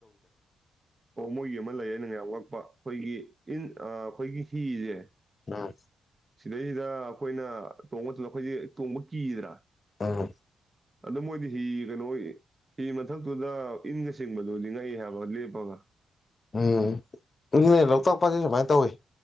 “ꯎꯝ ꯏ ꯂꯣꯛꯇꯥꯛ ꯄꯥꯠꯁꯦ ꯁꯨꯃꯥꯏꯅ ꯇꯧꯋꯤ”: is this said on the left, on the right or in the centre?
Left